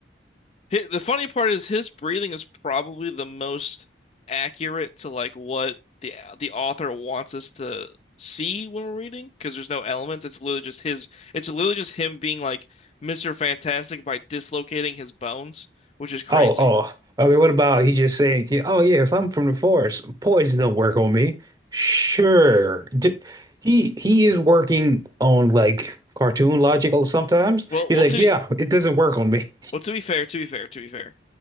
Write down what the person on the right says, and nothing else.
Oh, oh. Okay, what about he just saying, yeah, oh yeah, if I'm from the forest, poison don't work on me. Sure. D- he he is working on like cartoon logic sometimes.
He's
like,
yeah, it doesn't work on me.